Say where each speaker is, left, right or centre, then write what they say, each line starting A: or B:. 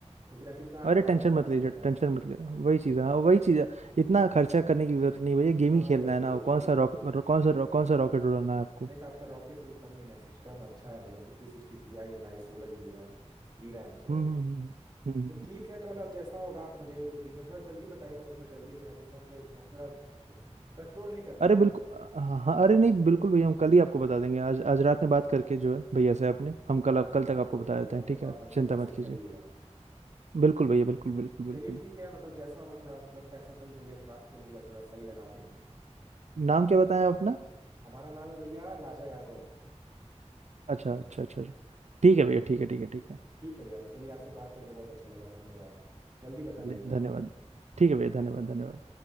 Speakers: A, on the right (about 35°); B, on the right (about 75°).
A: तो ग्राफिक कार्ड
B: अरे
A: तो आता
B: टेंशन
A: जाता
B: मत लीजिए
A: रहता
B: टेंशन
A: है
B: मत लीजिए वही चीज है हाँ वही चीज
A: हाँ
B: है इतना खर्चा करने की जरूरत नहीं भैया गेम
A: हाँ
B: ही खेलना
A: वही
B: है
A: वही
B: ना
A: वही
B: कौन सा
A: तो
B: रॉक रो- कौन सा रो- कौन सा रॉकेट उड़ाना है आपको
A: नहीं तो आपका रॉकेट से भी कम नहीं है सिस्टम अच्छा है मतलब फिफ्टी सिक्सटी ti है भाई सोलह GB RAM V RAM sorry
B: हम्म हम्म हम्म, हम्म। हम्म,
A: तो ठीक
B: हम्म।
A: है तो मतलब अब जैसा होगा आप मुझे एक दो दिन में थोड़ा जल्दी बताइएगा मुझे थोड़ा जल्दी लेना जैसे हम भाई- हम थोड़ा कंट्रोल नहीं कर
B: अरे
A: पाते
B: बिल्कुल
A: थोड़ा
B: हाँ हाँ, अरे नहीं बिल्कुल भैया हम कल ही आपको बता देंगे आज आज रात में बात करके
A: हाँ
B: जो है भैया से आपने हम कल
A: हाँ
B: आप
A: तो
B: कल तक
A: ठीक
B: आपको
A: है
B: बता
A: ठीक
B: देते
A: है तो
B: हैं
A: हमको
B: ठीक
A: आप
B: है
A: मतलब
B: चिंता
A: मैसेज
B: मत
A: करिएगा
B: कीजिए बिल्कुल भैया बिल्कुल बिल्कुल बिल्कुल
A: चलिए ठीक है मतलब जैसा होगा थोड़ा मतलब पैसा वैसा भी भैया से बात कर लीजिएगा थोड़ा सही लगा दें
B: नाम क्या बताया अपना
A: हमारा नाम है भैया राजा यादव
B: अच्छा अच्छा अच्छा अच्छा। ठीक
A: हाँ
B: है भैया ठीक है ठीक है ठीक है
A: ठीक है भैया चलिए आपसे बात करके बहुत अच्छा लगा धन्यवाद जल्दी बताइएगा
B: चलिए धन्यवाद ठीक है भैया धन्यवाद धन्यवाद